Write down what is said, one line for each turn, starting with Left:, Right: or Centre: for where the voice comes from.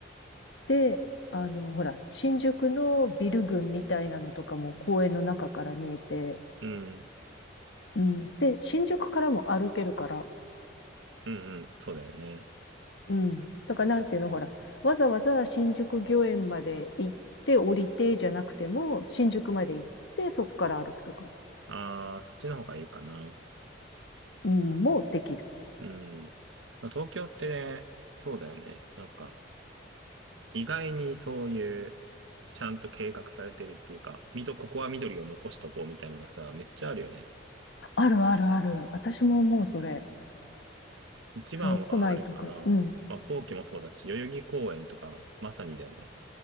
Left: で、あの、ほら、新宿のビル群みたいなのとかも公園の中から見えて、
Right: うん。
Left: うん。で、新宿からも歩けるから、
Right: うんうん。そうだよね。
Left: うん。だからなんていうの、ほら、わざわざ新宿御苑まで行って降りてじゃなくても、新宿まで行ってそこから歩くとか、
Right: あー、そっちの方がいいかな。
Left: うん、もうできる。
Right: うん。まあ、東京ってね、そうだよね。なんか、意外にそういう、ちゃんと計画されてるっていうか、みど、ここは緑を残しとこうみたいのがさ、めっちゃあるよね。
Left: あるあるある。私も思う、それ。
Right: 一番はあれかな。
Left: そう、都内とか。うん。
Right: まあ、皇居もそうだし、代々木公園とか、まさにだよね。